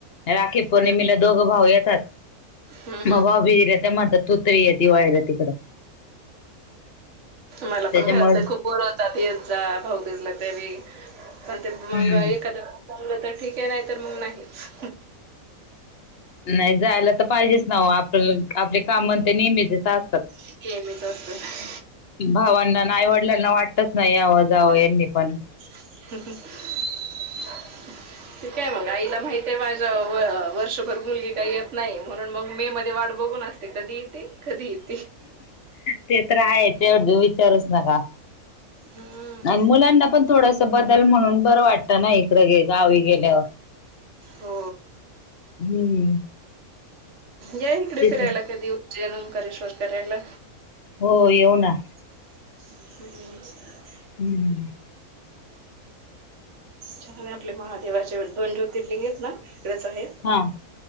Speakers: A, on the left (about 50°); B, on the right (about 55°).
A: राखी पौर्णिमीेला
B: हं.
A: दोघं भाऊ येतात.
B: हम्म
A: मग बाबीरे त्या मझ तोतरी आहे ती दिवाळीला तिकडं.
B: मला
A: त्याच्यामुळे
B: पण घरातले खूप बोलवतात येत जा भाऊबीजला तरी पण ते
A: हम्म
B: मग एखाद्या जमल तर ठीक आहे नाही तर मग नाहीच.
A: नाही जायला तर पाहिजेच नाव आपल्याला आपले काम तर नेहमीे चे असतात.
B: नेहमीच असतं.
A: भावांना ना आई वडिलांना वाटतच ना यावं जावंई यांनी पण.
B: <unintelligible>
A: <inaudible>
B: ठीकय मग आईला माहितय माझ्या वर्षभर मुलगी काही येत नाही म्हणून मग मे मध्ये वाट बघून असते. ते कधी येती कधी येती.
A: ते तर आहे तेवढ विचारूच नका.
B: हम्म.
A: आणि मुलांना पण थोडस बदल म्हणून बरं वाटतं ना इकडं गावी गेल्यावर.
B: हो
A: हम्म
B: या इकडे
A: तेच
B: फिरायला कधी जेनम करेश्वर फिरायला.
A: हो येऊ ना.
B: <inaudible>
A: <inaudible>
B: छ आपले महादेवाचे दोन ज्योतिर्लिंग आहेत ना इकडेच आहेत.
A: हा